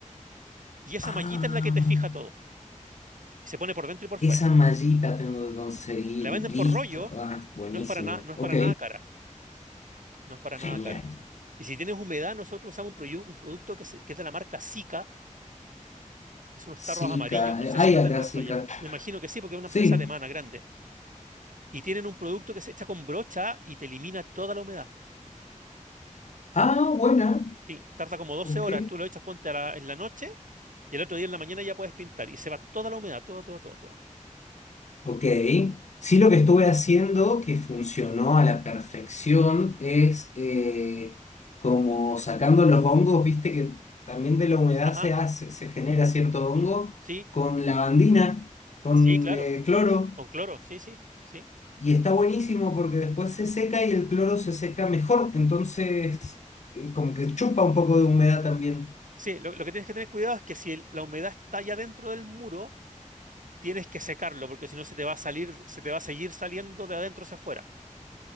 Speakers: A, on the right; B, on the left.
A: Y esa
B: Ah,
A: mallita es la que te fija todo. Y se pone por dentro y por fuera.
B: esa mallita tengo que conseguir,
A: La venden
B: listo.
A: por rollo,
B: Ah, buenísimo,
A: no es para nada, no es
B: ok,
A: para nada cara. No es para
B: genial.
A: nada cara. Y si tienes humedad, nosotros usamos un, proyu- un producto que, se- que es de la marca Sika que son unos
B: Zika,
A: tarros amarillos, no sé si
B: hay
A: lo
B: acá
A: tendrás
B: Zika.
A: tú allá, me imagino que sí, porque es una
B: Sí,
A: empresa alemana grande, y tienen un producto que se echa con brocha y te elimina toda la humedad.
B: ah, buena,
A: Sí, tarda como doce
B: ok.
A: horas, tú lo echas, ponte a la- en la noche, y el otro día en la mañana ya puedes pintar, y se va toda la humedad, toda, toda, toda, toda.
B: Ok, sí lo que estuve haciendo que funcionó a la perfección es eh, como sacando los hongos, viste que también de la humedad
A: Ajá,
B: se hace, se genera cierto hongo
A: sí,
B: con lavandina, con
A: sí, claro,
B: eh, cloro,
A: con cloro, sí, sí, sí.
B: y está buenísimo porque después se seca y el cloro se seca mejor, entonces eh, como que chupa un poco de humedad también.
A: Sí, lo, lo que tienes que tener cuidado es que si el- la humedad está ya dentro del muro, tienes que secarlo, porque si no se te va a salir, se te va a seguir saliendo de adentro hacia afuera.